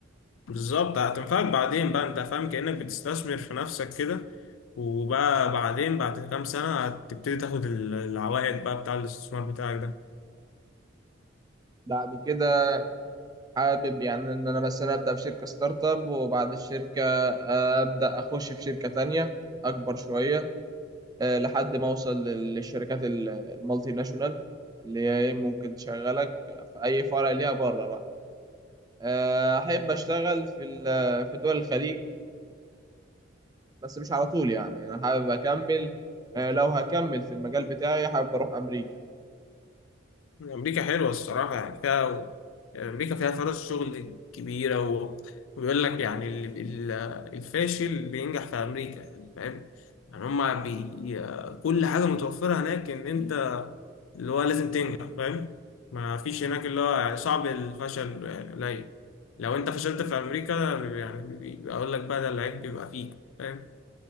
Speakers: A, on the left; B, on the right.
A: بالظبط هتنفعك بعدين بقى انت فاهم كأنك بتستثمر في نفسك كده وبقى بعدين بعد كام سنة هتبتدي تاخد العوائد بقى بتاع الاستثمار بتاعك ده
B: بعد كده حابب يعني ان انا مثلا ابدا في شركة ستارت اب وبعد الشركة آه، ابدا اخش في شركة تانية اكبر شوية آه، لحد ما اوصل لل- للشركات ال- المالتي ناشونال اللي هي إيه، ممكن تشغلك في اي فرع ليها بره بقى آه، احب اشتغل في ال- في دول الخليج بس مش على طول يعني انا حابب اكمل آه، لو هكمل في المجال بتاعي حابب اروح امريكا
A: أمريكا حلوة الصراحة يعني فيها أمريكا فيها فرص شغل كبيرة و... وبيقول لك يعني ال... ال- الفاشل بينجح في أمريكا يعني فاهم يعني هما بي... كل حاجة متوفرة هناك إن أنت اللي هو لازم تنجح فاهم ما فيش هناك اللي هو يعني صعب الفشل يعني قليل لو أنت فشلت في أمريكا يعني بي- أقول لك بقى ده العيب بيبقى فيك فاهم